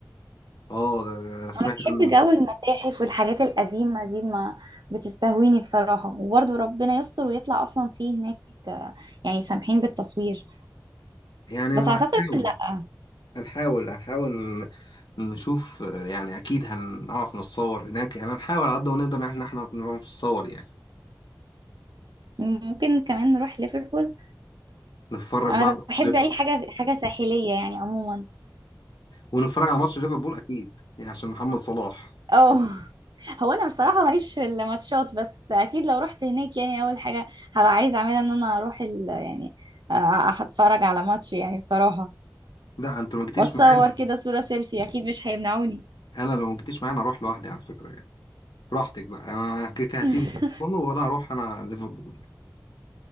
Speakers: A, on the left (about 85°); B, on the right (about 75°).
A: اه ده ده انا سمعت
B: انا بحب
A: عنه
B: جو المتاحف والحاجات القديمه دي ما بتستهويني بصراحه وبرضو ربنا يستر ويطلع اصلا فيه هناك آه، يعني سامحين بالتصوير
A: يعني
B: بس
A: ما
B: اعتقد
A: هنحاول
B: لا
A: هنحاول هنحاول نشوف يعني اكيد هنعرف نتصور هناك يعني هنحاول على قد ما نقدر ان احنا احنا نعرف نتصور يعني
B: ممكن كمان نروح ليفربول
A: نتفرج
B: انا
A: بقى على الماتش
B: بحب اي حاجه حاجه ساحليه يعني عموما
A: ونتفرج على ماتش ليفربول اكيد يعني عشان محمد صلاح
B: اه هو انا بصراحه ماليش في الماتشات بس اكيد لو رحت هناك يعني اول حاجه هبقى عايزه اعملها ان انا اروح ال... يعني آه، اتفرج على ماتش يعني بصراحه
A: لا انت لو ما جيتيش
B: واتصور
A: معانا
B: كده صوره سيلفي اكيد مش هيمنعوني
A: انا لو ما جيتيش معانا اروح لوحدي على فكره يعني براحتك بقى انا كده كده هسيبك
B: <laughs>
A: كله وانا هروح انا ليفربول يعني.